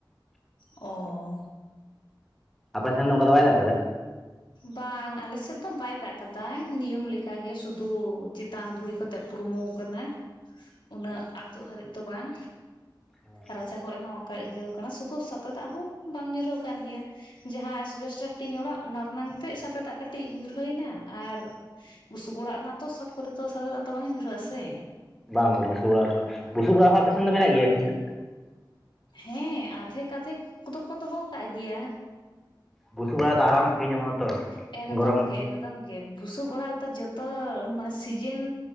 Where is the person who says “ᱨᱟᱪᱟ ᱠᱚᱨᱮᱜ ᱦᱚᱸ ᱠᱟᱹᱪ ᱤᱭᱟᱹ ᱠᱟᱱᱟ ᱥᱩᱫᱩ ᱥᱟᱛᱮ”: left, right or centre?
Left